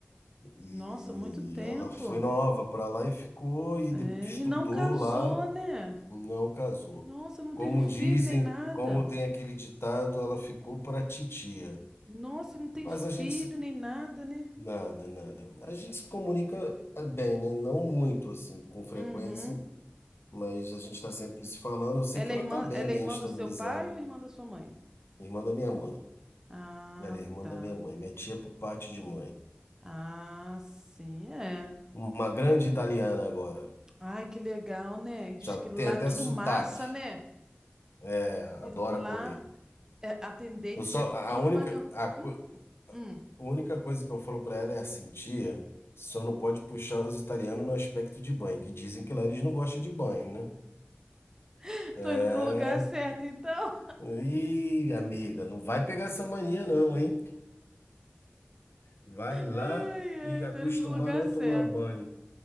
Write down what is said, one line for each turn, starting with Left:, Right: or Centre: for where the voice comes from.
Left: e
Right: Nossa, muito tempo.
Left: ela foi nova para lá e ficou e
Right: É,
Left: de- estudou
Right: e não casou,
Left: lá.
Right: né?
Left: Não casou.
Right: Nossa, não
Left: Como
Right: teve filho
Left: dizem,
Right: nem nada.
Left: como tem aquele ditado, ela ficou para titia.
Right: Nossa, e não tem
Left: Mas
Right: filho
Left: a gente se...
Right: nem nada, né?
Left: Nada, nada. A gente se comunica eh, bem, né? Não muito, assim, com frequência,
Right: Uhum.
Left: mas a gente está sempre se falando. Eu sei
Right: Ela
Left: que ela
Right: é irmã,
Left: está bem,
Right: ela
Left: bem
Right: é irmã
Left: estabilizando.
Right: do seu pai ou irmã da sua mãe?
Left: Irmã da minha mãe.
Right: Ah,
Left: Ela é irmã
Right: tá.
Left: da minha mãe. Minha tia por parte de mãe.
Right: Ah, sim, é.
Left: Uma grande italiana agora.
Right: Ai, que legal, né? E diz
Left: Já
Right: que lá
Left: tem até
Right: é tudo
Left: sotaque.
Right: massa, né?
Left: É,
Right: E
Left: adora
Right: lá
Left: comer.
Right: é, a tendência
Left: Eu só...
Right: é
Left: A
Right: tudo
Left: única,
Right: macarrão.
Left: a única...
Right: Hum,
Left: A única coisa que eu falo pra ela é assim, tia, só não pode puxar os italianos no aspecto de banho, que dizem que lá eles não gostam de banho, né?
Right: <laughs>
Left: É.
Right: tô indo pro lugar certo, então.
Left: Ih, amiga, não vai pegar essa mania não, hein? Vai lá
Right: Ai,
Left: e
Right: ai,
Left: acostumar
Right: tá indo pro lugar
Left: a não
Right: certo.
Left: tomar banho.